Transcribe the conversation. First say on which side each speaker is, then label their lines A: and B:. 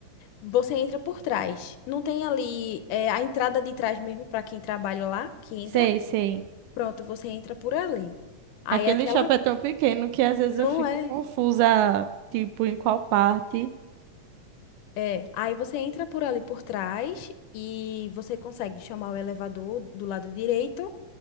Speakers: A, on the left; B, on the right.
A: você entra por trás. Não tem ali é, a entrada de trás mesmo para quem trabalha lá, que entra.
B: Sei, sei.
A: Pronto, você entra por ali. Aí
B: Aquele
A: aquela
B: shopping é tão pequeno que às vezes eu
A: não
B: fico
A: é.
B: confusa, tipo, em qual parte.
A: É, aí você entra por ali por trás e você consegue chamar o elevador do lado direito